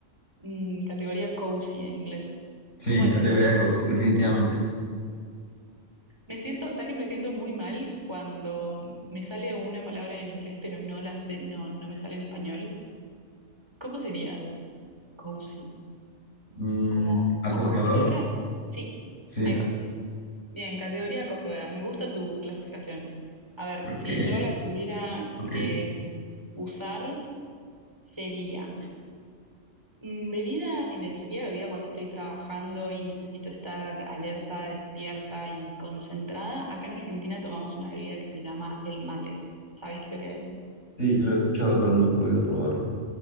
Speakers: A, on the right; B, on the left.
A: mm, categoría cozy en inglés.
B: Sí,
A: ¿Cómo es
B: categoría
A: en español?
B: cozy, definitivamente.
A: Me siento, ¿sabes que me siento muy mal cuando me sale una palabra en inglés, pero no la sé, no, no me sale en español? ¿Cómo sería? Cozy,
B: Mm,
A: como
B: acogedor,
A: acogedora. Sí,
B: sí,
A: ahí va. Bien, categoría acogedora. Me gusta tu clasificación. A ver,
B: creo
A: si
B: que,
A: yo la tuviera
B: ok.
A: que usar, sería Mm, Bebida, energía, bebida cuando estoy trabajando y necesito estar alerta, despierta y concentrada. Acá en Argentina tomamos una bebida que se llama el mate. ¿Sabes lo que es?
B: Sí, lo he escuchado, pero no he podido probarlo.